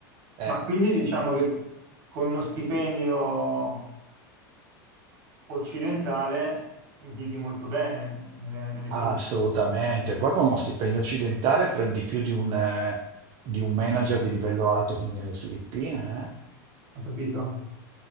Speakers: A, on the right; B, on the right.
A: Eh,
B: Ma quindi diciamo che con uno stipendio occidentale vivi molto bene nelle, nelle
A: assolutamente.
B: Filippine,
A: Qua con uno stipendio occidentale prendi più di un, eh, di un manager di livello alto fin nelle Filippine, eh.
B: ho capito?